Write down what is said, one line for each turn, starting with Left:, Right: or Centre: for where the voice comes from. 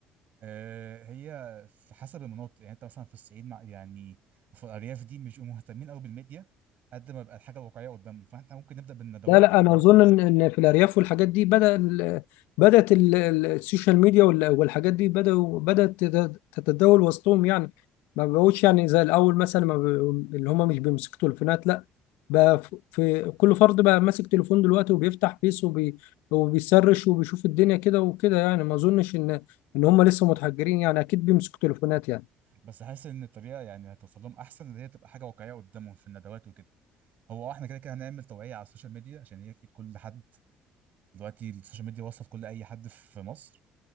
Right: آه هي في حسب المناطق يعني انت مثلا في الصعيد مع يعني في الارياف دي مش بيبقوا مهتمين قوي بالميديا قد ما بقى الحاجه واقعيه قدامهم فاحنا ممكن نبدا بالندوات
Left: لا لا
Right: في
Left: انا
Right: المناطق
Left: اظن
Right: دي
Left: ان إن في الارياف والحاجات دي بدا ال- بدات ال- ال- السوشيال ميديا وال- والحاجات دي بداوا بدات تت- تتداول وسطهم يعني ما بقوش يعني زي الاول مثلا ما ب- اللي هم مش بيمسكوا تليفونات لا بقى ف- في كل فرد بقى ماسك تليفون دلوقتي وبيفتح فيس وبي وبيسرش وبيشوف الدنيا كده وكده يعني ما اظنش ان ان هم لسه متحجرين يعني اكيد بيمسكوا تليفونات يعني
Right: بس حاسس ان الطريقه يعني هتوصل لهم احسن اللي هي تبقى حاجه واقعيه قدامهم في الندوات وكده هو آه، احنا كده كده هنعمل توعية على السوشيال ميديا عشان هي في ايد كل حد دلوقتي السوشيال ميديا وصلت كل اي حد في مصر